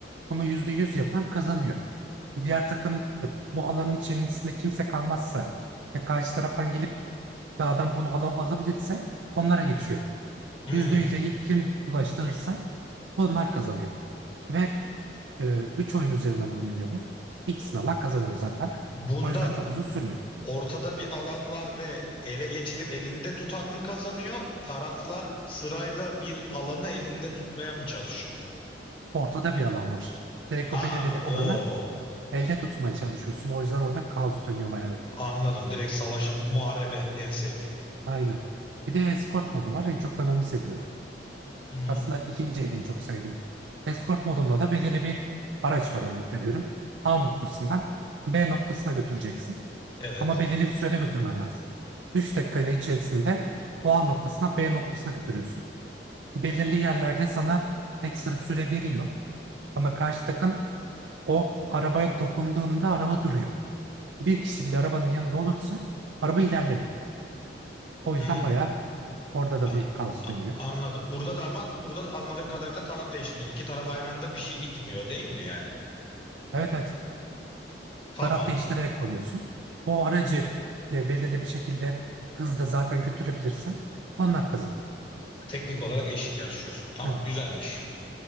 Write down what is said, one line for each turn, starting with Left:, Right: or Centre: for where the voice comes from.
Right: Bunu yüzde yüz yapan kazanıyor. Diğer takım de bu alanın içerisinde kimse kalmazsa ve karşı taraftan gelip bir adam bunu alıp alabilirse onlara geçiyor.
Left: Hmm.
Right: Yüzde yüze ilk kim ulaştırırsa onlar kazanıyor. Ve e, üç oyun üzerinden oynanıyor bu. İkisini alan kazanıyor zaten.
Left: Bunda
Right: O yüzden çok uzun sürmüyor.
Left: ortada bir alan var ve ele geçirip elinde tutan mı kazanıyor? Taraflar sırayla bir alanı elinde tutmaya mı çalışıyor?
Right: Ortada bir alan var. Direkt
Left: Ha
Right: o belirli
Left: o
Right: bir alana elde tutmaya çalışıyorsun. O yüzden orada kaos dönüyor bayağı bir.
Left: anladım. Direkt savaşı muharebe en sevdiğim.
Right: Aynen. Bir de escort modu var. En çok ben onu seviyorum.
Left: Hı hı,
Right: Aslında ikinci en çok sevdiğim. Escort modunda da belirli bir araç var örnek veriyorum. A noktasından B noktasına götüreceksin.
Left: Evet.
Right: Ama belirli bir sürede götürmen lazım. 3 dakikayla içerisinde o A noktasına B noktasına götürüyorsun. Belirli yerlerde sana ekstra süre veriyor. Ama karşı takım o arabaya dokunduğunda araba duruyor. Bir kişi bile arabanın yanında olursa araba ilerlemiyor. O yüzden
Left: Hı.
Right: bayağı orada da
Left: A-
Right: büyük kaos
Left: a-
Right: dönüyor.
Left: anladım. Burada da ama burada anladığım kadarıyla taraf değişimi. İki taraf aynı anda bir şey itmiyor değil mi yani?
Right: Evet evet.
Left: Tamam.
Right: Taraf değiştirerek konuyorsun. O aracı de belirli bir şekilde hızda zaten götürebilirsen onlar kazanıyor.
Left: Teknik olarak eşit yarışıyorsun. Tamam
Right: Yani
Left: güzelmiş.